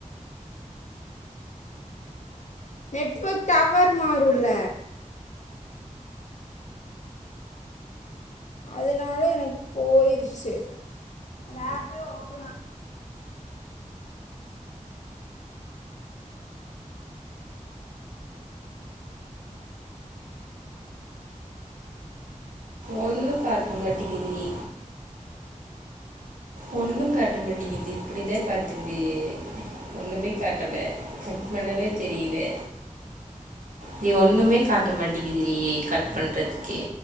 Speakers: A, on the left; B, on the right.
A: நெட்வொர்க் டவர் மாறுல்ல அதுனால எனக்கு போயிருச்சி அந்த ஆப்பே ஓப்பன் ஆ
B: ஒண்ணு காட்ட மாட்டகிதிடி ஒண்ணுங் காட்ட மாட்டிகிதி இப்டிதா காட்டுது ஒண்ணுமே காட்டல கட் பண்ணவே தெரியிதே நீ ஒண்ணுமே காட்ட மாட்டிகிதுடி கட் பண்றதுக்கே